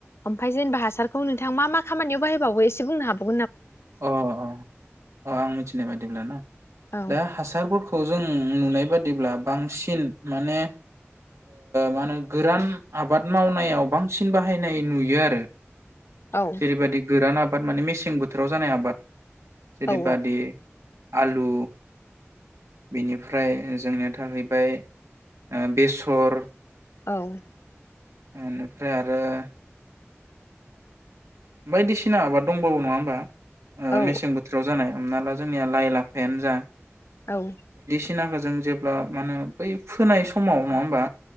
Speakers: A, on the left (about 60°); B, on the right (about 85°).
A: ओमफ्राय जेनेबा हासारखौ नोंथां मा मा खामानियाव बाहायबावो एसे बुंनो हाबा
B: अ अ अ आं मिथिनाय बादिब्ला ना
A: औ
B: दा हासारफोरखौ जों नुनाय बा बादिब्ला बांसिन माने मा होनो गोरान आबाद मावनायाव बांसिन बाहायनाय नुयो आरो ।
A: औ
B: जेरैबायदि गोरान आ माने मेसें बो थोराव जानाय आबाद । जेरैबादि
A: औ
B: आलु बेनिफ्राय जोंनिया थाहैबाय बेसर ।
A: औ ।
B: बेनिफ्राय आरो । बायदिसिना आबाद दंबावो नङा होमबा?
A: औ
B: मेसें बोथोराव जानाय । हमना ला जोंनिया लाइ लाफायानो जा
A: औ ।
B: सिनाखौ जों जेब्ला मा होनो बै फोनाय समाव नङा होमबा?